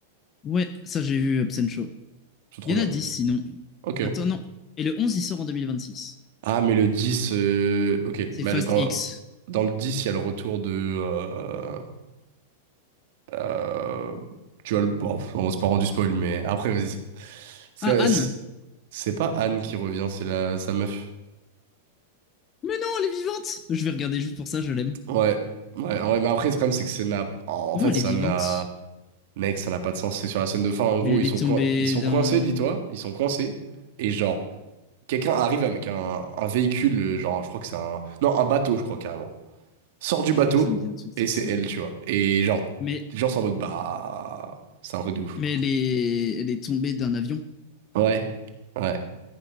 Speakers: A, on the left (about 20°); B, on the right (about 50°).
A: Ouais, ça j'ai vu Hobbs and Shaw.
B: C'est trop
A: Il
B: bien.
A: y en a 10 sinon.
B: Ok.
A: Attends, non. Et le 11 il sort en 2026.
B: Ah, mais le 10, euh, ok.
A: C'est
B: Mais
A: Fast
B: le- dans,
A: X.
B: dans le 10 il y a le retour de. euh, Euh, tu vois, le- bon, on s'est pas rendu spoil, mais après, vas-y. C'est
A: Ah, Anne!
B: c'est pas Anne qui revient, c'est la sa meuf.
A: Mais non, elle est vivante! Je vais regarder juste pour ça, je l'aime.
B: Ouais, ouais, ouais, mais après, le problème, c'est que ça n'a. En
A: Comment
B: fait,
A: elle
B: ça
A: est vivante?
B: n'a. Mec, ça n'a pas de sens. C'est sur la scène de fin. En gros,
A: Mais elle
B: ils
A: est
B: sont,
A: tombée
B: coin- ils sont
A: d'un...
B: coincés, dis-toi. Ils sont coincés. Et genre, quelqu'un arrive avec un, un véhicule, euh, genre, je crois que c'est un. Non, un bateau, je crois carrément. Sort du
A: Je
B: bateau,
A: crois que ça me dit un truc, cette
B: et c'est
A: scène.
B: elle, tu vois. Et genre,
A: Mais
B: les gens sont en mode, bah. C'est un truc de ouf.
A: Mais elle est, elle est tombée d'un avion.
B: Ouais, ouais.